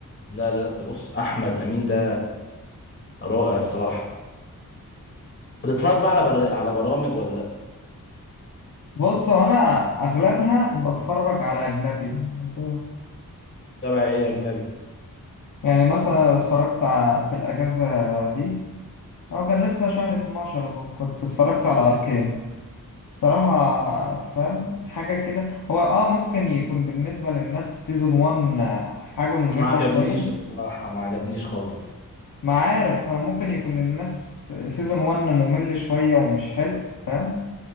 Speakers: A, on the left; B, on the left.
A: لا لا لا، ده بص احمد امين ده رائع الصراحه بتتفرج بقى على بر... على برامج ولا لا
B: بص هو انا اغلبها بتفرج على اجنبي بس-
A: تابع ايه يا اجنبي
B: يعني مثلا اتفرجت ع- في الاجازة دي هو كان لسه شهر 12 اهو كنت اتفرجت على اركين الصراحة فاهم حاجة كده هو اه ممكن يكون بالنسبة للناس سيزون 1 حاجة مملة
A: ما عجبنيش
B: شوية
A: الصراحه ما عجبنيش خالص
B: ما عارف هو ممكن يكون للناس سيزون 1 ممل شوية ومش حلو فاهم